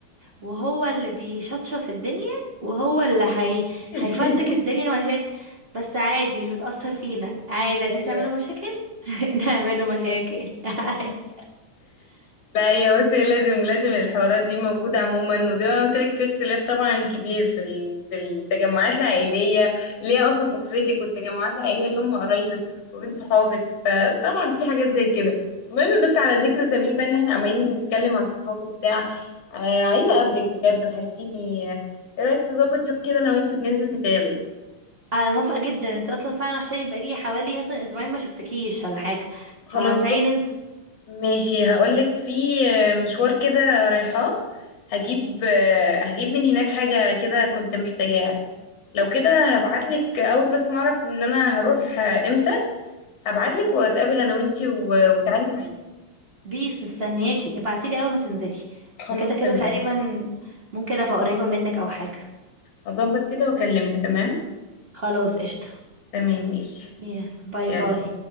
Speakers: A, on the right; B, on the left.
A: وهو اللي بيشطشط الدنيا وهو اللي هي...
B: <laughs>
A: هيفرتك الدنيا مشاكل بس عادي مش بتأثر فينا عادي عايزين
B: ايوه
A: تعملوا مشاكل <laughs> نعمل له مشاكل <laughs> عادي
B: لا هي بصي لازم لازم الحوارات دي موجودة عموما وزي ما أنا قلت لك في اختلاف طبعا كبير في ال- في التجمعات العائلية اللي هي أصلا أسرتك والتجمعات العائلية اللي هم قرايبك وبين صحابك فطبعا في حاجات زي كده المهم بس على ذكر سبيل بقى إن احنا عمالين نتكلم عن الصحاب وبتاع آه عايزة أقابلك بجد وحشتيني إيه رأيك نظبط يوم كده أنا وأنتي وننزل نتقابل
A: انا موافقة جدا انت اصلا فعلا وحشاني بقالي حوالي مثلا اسبوعين ما شفتكيش ولا حاجة
B: خلاص
A: فتعالي
B: بص
A: ننزل
B: ماشي هقولك في مشوار كده رايحاه هجيب
A: مم.
B: هجيب من هناك حاجة كده كنت محتاجاها لو كده هبعتلك أول بس ما أعرف إن أنا هروح إمتى هبعتلك وأتقابل أنا وإنتي و- وتعالي معايا
A: بيس مستنياكي ابعتيلي اول ما تنزلي
B: خلاص
A: يعني كده كده
B: تمام
A: تقريبا ممكن ابقى قريبة منك او حاجة
B: هظبط كده وأكلمك تمام
A: خلاص قشطة
B: تمام ماشي
A: يلا باي
B: يلا
A: باي